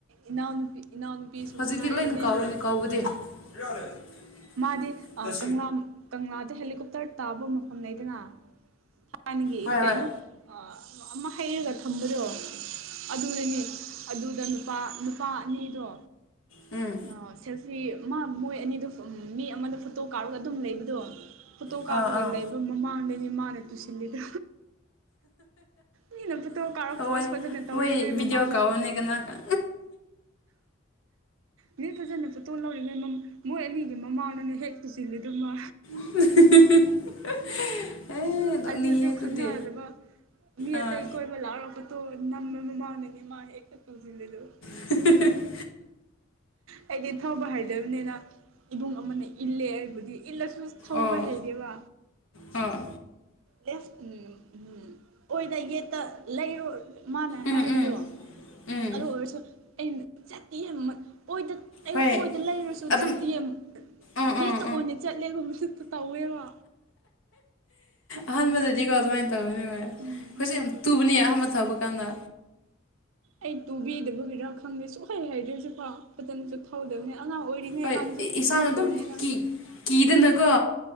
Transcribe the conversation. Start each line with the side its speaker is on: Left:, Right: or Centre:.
Right: ꯏꯅꯥꯎꯅꯨꯄꯤ ꯏꯅꯥꯎꯅꯨꯄꯤꯁꯨ
Left: ꯍꯧꯖꯤꯛꯇꯤ
Right: ꯃꯉꯥꯏꯔꯅꯦ
Left: ꯂꯣꯏꯅ ꯀꯥꯎꯔꯅꯤ
Right: ꯑꯗꯨ
Left: ꯀꯥꯎꯕꯗꯤ
Right: ꯇꯨꯕꯗꯣ꯫
Left: <unintelligible>
Right: ꯃꯥꯗꯤ
Left: ꯑꯥ
Right: ꯀꯪꯂꯥ ꯀꯪꯂꯥꯗ ꯍꯦꯂꯤꯀꯣꯞꯇꯔ ꯇꯥꯕ ꯃꯐꯝ ꯂꯩꯗꯅ꯫ ꯍꯥꯟꯅꯒꯤ
Left: ꯍꯣꯏ
Right: ꯀꯩꯅꯣ
Left: ꯍꯣꯏ
Right: ꯑꯃ ꯍꯩꯔꯒ ꯊꯝꯕꯗꯣ꯫ ꯑꯗꯨꯗꯅꯤ ꯑꯗꯨꯗ ꯅꯨꯄꯥ ꯅꯨꯄꯥ ꯑꯅꯤꯗꯣ꯫
Left: ꯎꯝ
Right: ꯑꯣ ꯁꯦꯜꯐꯤ ꯃꯥ ꯃꯣꯏ ꯑꯅꯤꯗ ꯃꯤ ꯑꯃꯗ ꯐꯣꯇꯣ ꯀꯥꯔꯒ ꯑꯗꯨꯝ ꯂꯩꯕꯗꯣ꯫ ꯄꯣꯇꯣ
Left: ꯑꯥ
Right: ꯀꯥꯞꯄꯒ
Left: ꯑꯥ
Right: ꯂꯩꯕ ꯃꯃꯥꯡꯗꯅꯦ ꯃꯥꯅ ꯇꯨꯁꯤꯟꯜꯂꯤꯗꯨ꯫ ꯃꯤꯅ ꯄꯨꯠꯇꯣ ꯀꯥꯔꯄꯣꯁ
Left: ꯃꯣꯏ
Right: ꯐꯖꯅ ꯇꯧꯔꯤꯒꯦ
Left: ꯃꯣꯏ ꯚꯤꯗꯤꯑꯣ
Right: ꯃꯃꯥꯡꯗ
Left: ꯀꯥꯎꯕꯅꯦ ꯀꯅꯥ ꯀ
Right: ꯃꯤ ꯐꯖꯅ ꯐꯣꯇꯣ ꯂꯧꯔꯤꯉꯩꯃ ꯃꯣꯏ ꯑꯅꯤꯒꯤ ꯃꯃꯥꯡꯗꯅꯤ ꯍꯦꯛ ꯇꯨꯁꯤꯜ ꯂꯤꯗꯨ ꯃꯥ꯫
Left: <unintelligible> ꯅꯣꯛꯅꯤꯡꯉꯦ
Right: ꯑꯗꯨꯁꯨ
Left: ꯑꯗꯨꯗꯤ
Right: ꯈꯪꯅꯗꯕ ꯃꯤ
Left: ꯑꯥ
Right: ꯑꯇꯩ ꯀꯣꯏꯕ ꯂꯥꯛꯑꯒ ꯐꯣꯇꯣ ꯅꯝꯕ ꯃꯃꯥꯡꯗꯅꯦ ꯃꯥꯅ ꯍꯦꯛꯇ ꯇꯧꯁꯤꯜꯂꯤꯗꯨ꯫
Left: <unintelligible>
Right: ꯑꯩꯗꯤ ꯊꯧꯕ ꯍꯩꯗꯕꯅꯤꯅ ꯏꯕꯨꯡ ꯑꯃꯅ ꯏꯜꯂꯦ ꯑꯩꯕꯨꯗꯤ ꯏꯜꯂꯁꯨ ꯊꯧꯕ
Left: ꯑꯣ
Right: ꯍꯩꯔꯦꯕ
Left: ꯑꯥ
Right: ꯂꯦꯐ ꯎ ꯎ ꯑꯣꯏꯗ ꯌꯦꯠꯇ ꯂꯩꯔꯣ ꯃꯥꯅ
Left: ꯎꯝ
Right: ꯍꯥꯏꯕꯗꯣ
Left: ꯎꯝ ꯎꯝ
Right: ꯑꯗꯨ ꯑꯣꯏꯔꯁꯨ ꯑꯩꯅ ꯆꯇꯤꯌꯦ ꯃꯠ ꯑꯣꯏꯗ ꯂꯩꯌꯣ
Left: ꯍꯣꯏ
Right: ꯑꯣꯏꯗ ꯂꯩꯔꯁꯨ
Left: ꯑꯗꯨꯝ
Right: ꯆꯥꯠꯇꯤ ꯑꯃ
Left: ꯎꯝ
Right: ꯒꯦꯠꯇ
Left: ꯎꯝ
Right: ꯑꯣꯏꯅ ꯆꯠꯂꯦꯕ ꯃꯁꯛꯇꯨ ꯇꯧꯋꯦꯕ
Left: ꯑꯍꯥꯝꯕꯗꯗꯤꯀꯣ ꯑꯗꯨꯃꯥꯏꯅ ꯇꯧꯕꯅꯦꯕ
Right: ꯎꯝ
Left: ꯈꯣꯏꯖꯤꯛ ꯌꯥꯝ ꯇꯨꯕꯅꯤ
Right: ꯑꯗꯨ
Left: ꯑꯍꯥꯟꯕ ꯊꯧꯕ ꯀꯥꯟꯗ
Right: ꯑꯩ ꯇꯨꯕꯤꯗꯕꯒꯤꯔꯥ ꯈꯪꯗꯦ ꯁꯨꯛꯍꯩ ꯍꯩꯇ꯭ꯔꯤꯁꯦ ꯀꯣ ꯐꯖꯅꯁꯨ ꯊꯧꯗꯕꯅꯤ ꯑꯉꯥꯡ ꯑꯣꯏꯔꯤꯉꯩ
Left: ꯍꯣꯏ
Right: ꯀꯥꯟꯗꯁꯨ
Left: ꯏꯁꯥꯅ
Right: ꯊꯧꯗꯕꯅꯤꯅ
Left: ꯑꯗꯨꯝ ꯀꯤ ꯀꯤꯗꯅꯀꯣ